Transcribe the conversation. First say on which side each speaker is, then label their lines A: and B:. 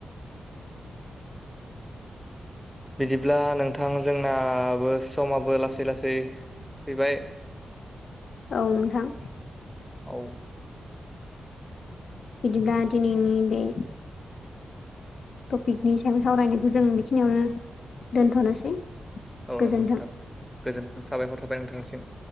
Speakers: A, in the centre; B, on the left (about 70°).
A: बिदिब्ला नोंथां जोंनाबो समाबो लासै लासै फैबाय
B: औ नोंथां।
A: औ।
B: बिदिब्ला दिनैनि बे टपिकनि सायाव सावरायनायखौ जों बेखिनियावनो दोनथ'नोसै।
A: औ
B: गोजोन्थों
A: नंगौ नोंथां गोजोन्थों साबायखर थाबाय नोंथांनिसिम।